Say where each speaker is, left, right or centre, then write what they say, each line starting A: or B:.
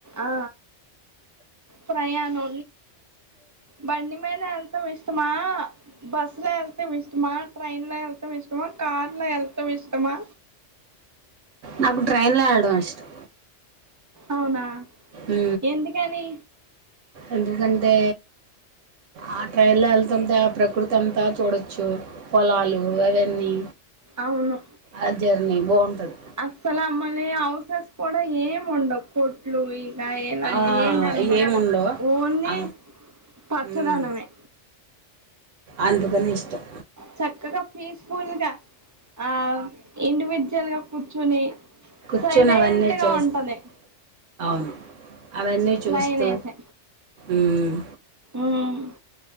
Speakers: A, on the right (about 20°); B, on the right (about 85°).
A: ఆ ప్రయాను బండి మీద వెళ్లటం ఇష్టమా బస్సులో వెళ్ళ్తాం ఇష్టమా ట్రైన్ ఎల్తాం ఇష్టమా కార్లా ఎళ్తం ఇష్టమా
B: నాకు ట్రైన్లో ఎలాడం ఇష్టం
A: అవునా
B: ఉ
A: ఎందుకని
B: ఎందుకంటే ఆ ట్రైన్లో వెళ్తుంటే ఆ ప్రకృతి అంతా చూడొచ్చు పొలాలు అవన్నీ
A: అవును
B: ఆ జర్నీ బాగుంటది
A: అస్సలు అమ్మని హౌసెస్ కూడా ఏం ఉండవు కొట్లు ఈ లడి ఏం అన్ది
B: ఆ
A: కనపడవ్
B: ఏముండవు
A: ఓన్లీ
B: ఆ,
A: పచ్చదనమే
B: ఉమ్, అందుకని ఇష్టం
A: చక్కగా పీస్ఫుల్గా ఆ ఇండి విజువల్ గా కూర్చుని
B: కూర్చొని
A: సైలెంట్
B: అవన్నీ
A: గా
B: చూస్తూ
A: ఉంటది
B: అవును అవన్నీ చూస్తూ
A: ట్రైన్ అయితే
B: ఉమ్
A: ఉమ్